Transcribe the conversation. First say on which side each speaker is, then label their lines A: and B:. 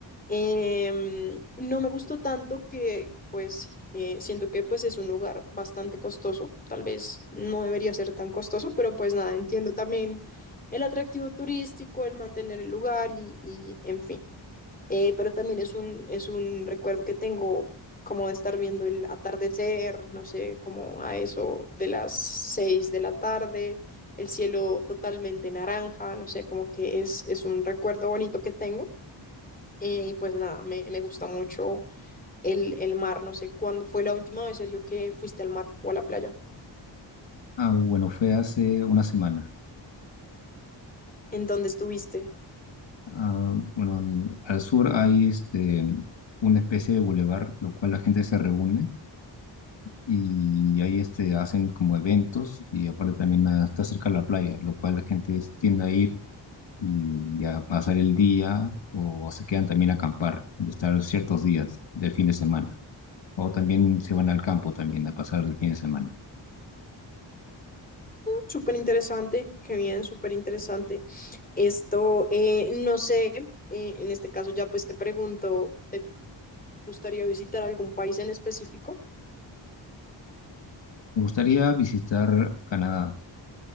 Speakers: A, on the left (about 20°); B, on the left (about 65°).
A: Em, no me gustó tanto que, pues, eh, siento que pues es un lugar bastante costoso. Tal vez no debería ser tan costoso, pero pues nada, entiendo también el atractivo turístico, el mantener el lugar y, y en fin. Eh, pero también es un, es un recuerdo que tengo como de estar viendo el atardecer, no sé, como a eso de las seis de la tarde, el cielo totalmente naranja, no sé, como que es, es un recuerdo bonito que tengo. Eh, y pues nada, me, me gusta mucho el, el mar, no sé, ¿cuándo fue la última vez, Sergio, que fuiste al mar o a la playa?
B: Ah, bueno, fue hace una semana.
A: ¿En dónde estuviste?
B: Ah, bueno, en- al sur hay este, una especie de bulevar, lo cual la gente se reúne y ahí este, hacen como eventos y aparte también ah, está cerca de la playa, lo cual la gente tiende a ir y a pasar el día o se quedan también a acampar y estar ciertos días del fin de semana. O también se van al campo también a pasar el fin de semana.
A: Súper interesante, qué bien, súper interesante. Esto, eh, no sé, eh, en este caso ya pues te pregunto, ¿te gustaría visitar algún país en específico?
B: Me gustaría visitar Canadá,